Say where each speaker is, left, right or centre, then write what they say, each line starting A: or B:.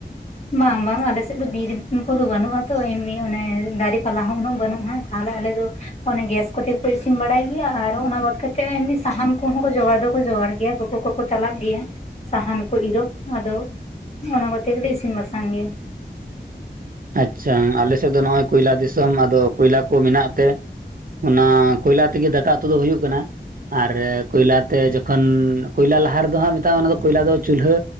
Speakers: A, on the left (about 40°); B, on the right (about 50°).
A: ᱵᱟᱝ ᱵᱟᱝ ᱟᱞᱮᱥᱮᱫ ᱫᱚ ᱵᱤᱨ ᱠᱚᱫᱚ ᱵᱟᱹᱱᱩᱜᱼᱟ ᱛᱚ ᱮᱢᱱᱤ ᱚᱱᱮ ᱫᱟᱨᱮ ᱯᱟᱞᱟ ᱦᱚᱸ ᱩᱱᱟᱹᱜ ᱵᱟᱹᱱᱩᱜᱼᱟ ᱟᱞᱮ ᱟᱞᱮ ᱫᱚ ᱚᱱᱮ ᱜᱮᱥ ᱠᱚᱛᱮ ᱠᱚ ᱤᱥᱤᱱ ᱵᱟᱲᱟᱭ ᱜᱮᱭᱟ ᱟᱨ ᱚᱱᱟ ᱵᱟᱫ ᱠᱟᱛᱮᱜ ᱮᱢᱱᱤ ᱥᱟᱦᱟᱱ ᱠᱚᱦᱚᱸ ᱠᱚ ᱡᱚᱜᱟᱲ ᱫᱚᱠᱚ ᱡᱚᱜᱟᱲ ᱜᱮᱭᱟ ᱦᱟᱹᱠᱩ ᱠᱚᱠᱚ ᱪᱟᱞᱟᱜ ᱜᱮᱭᱟ ᱥᱟᱦᱟᱱ ᱠᱚ ᱤᱨᱚᱜ ᱟᱫᱚ ᱚᱱᱟ ᱠᱚᱛᱮ ᱜᱮᱞᱮ ᱤᱥᱤᱱ ᱵᱟᱥᱟᱝ ᱜᱮᱭᱟ᱾
B: ᱟᱪᱪᱷᱟ ᱟᱞᱮᱥᱮᱫ ᱫᱚ ᱱᱚᱜᱼᱚᱭ ᱠᱚᱭᱞᱟ ᱫᱤᱥᱚᱢ ᱟᱫᱚ ᱠᱚᱭᱞᱟ ᱠᱚ ᱢᱮᱱᱟᱜ ᱛᱮ ᱚᱱᱟᱻ ᱠᱚᱭᱞᱟ ᱛᱮᱜᱮ ᱫᱟᱠᱟ ᱩᱛᱩ ᱫᱚ ᱦᱩᱭᱩᱜ ᱠᱟᱱᱟ᱾ ᱟᱨ ᱠᱚᱭᱞᱟᱛᱮ ᱡᱚᱠᱷᱚᱱ ᱠᱚᱭᱞᱟ ᱞᱟᱦᱟ ᱨᱮᱫᱚ ᱦᱟᱸᱜ ᱢᱮᱛᱟᱜᱼᱟ ᱚᱱᱟ ᱫᱚ ᱠᱚᱭᱞᱟ ᱫᱚ ᱪᱩᱞᱦᱟᱹ